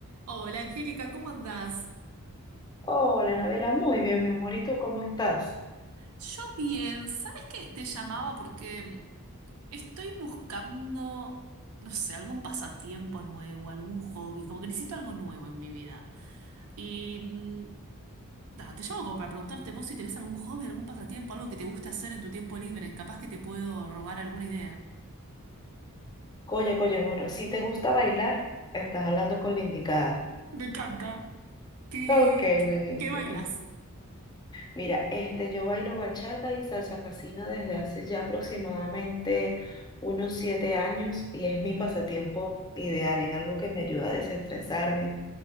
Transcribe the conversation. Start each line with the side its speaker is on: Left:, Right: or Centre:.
Right: Hola Angélica, ¿cómo andás?
Left: Hola, Anabela, muy bien, mi amorito, ¿cómo estás?
Right: Yo bien, ¿sabes qué? Te llamaba porque estoy buscando, no sé, algún pasatiempo nuevo, algún hobby, como que necesito algo nuevo en mi vida. Y mm, nada, te llamo como para preguntarte vos si tenés algún hobby, algún pasatiempo, algo que te guste hacer en tu tiempo libre, capaz que te puedo robar alguna idea.
Left: Oye, oye, bueno, si te gusta bailar, estás hablando con la indicada.
Right: Me encanta. ¿Qué,
Left: Ok,
Right: qué,
Left: buenísimo.
Right: qué bailas?
Left: Mira, este, yo bailo bachata y salsa casina desde hace ya aproximadamente unos siete años y es mi pasatiempo ideal, es algo que me ayuda a desestresarme.